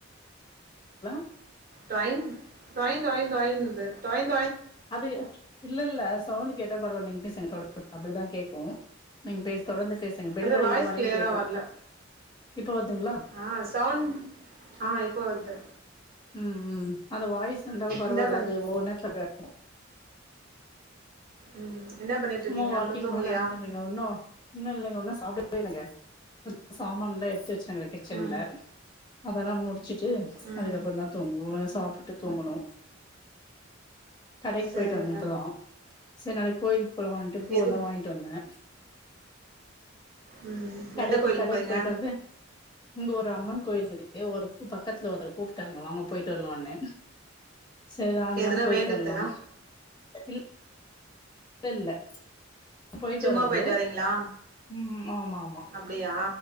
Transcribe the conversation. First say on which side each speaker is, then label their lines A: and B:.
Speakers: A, on the left; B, on the right.
A: <inaudible>
B: டொய்ங் டொய்ன் டொய்ன் டொய்ன்ந்து டொய்ன்
A: அதுகு இல்லல்ல சவுண்டு கேட்டா பரவாயில்லைங் பேசுங்க <inaudible> அப்டிதா கேக்கு நீங்க பேசு தொடர்ந்து பேசுங்க பெல்
B: அது
A: அடிக்கிற
B: வாய்ஸ்
A: மாரியு
B: கிளியரா
A: கேக்கு
B: வரல
A: இப்ப வருதுங்ளா
B: ஆ சவுண்ட் ஆ இப்ப வர்து
A: ம் ம் அந்த வாய்ஸ் வந்தா பரவால்ல
B: என்ன பண்ணி
A: அது ஒவ்வொர் நேரத்துல அப்டிதா <inaudible>
B: ம். என்ன பண்ணிட்டுருக்கீங்க?
A: சும்மா வாக்கிங்
B: இன்னும் தூங்கலையா?
A: மாரி நடந்து வந்தேங்க ஒன்னு ஒன்னு இல்லங்க ஒன்னு சாப்டவே இல்லங்க. சமான்லா எத்து வச்சுருங்கடே கிச்சன்ல
B: ம்.
A: அதல்லா முடு வச்சுட்டு
B: ம்.
A: அதுக்கப்பறோ தா தூங்குவோ சாப்புட்டு தூங்கணு கடைக்
B: சரிங்க.
A: போயிட்டு வந்தே இப்பதா செர் நாளைக் கோயிலுக்கு போலான்ட்டு பூவல்லா
B: எது
A: வாங்கிட்டு வந்தே.
B: ம்.
A: கடைக்கி
B: எந்த கோயிலுக்கு
A: கடைக்
B: போறீங்க?
A: போய்ட்டு வந்து இங்க ஒரு அம்மன் கோயில் இருக்குது ஏ ஒரு பக்கத்துல ஒர்தரு கூப்ட்டாங்க வாங்க போய்ட்டு வர்லானு செரி நால்
B: எதுனா
A: நாள் போய்ட்டு
B: வேண்டுதலா?
A: வர்லா இல் இல்ல இல்ல போய்ட்டு
B: சும்மா
A: வர்றது
B: போயிட்டு வரீங்களா?
A: ம் ஆமா ஆமா
B: அப்டியா?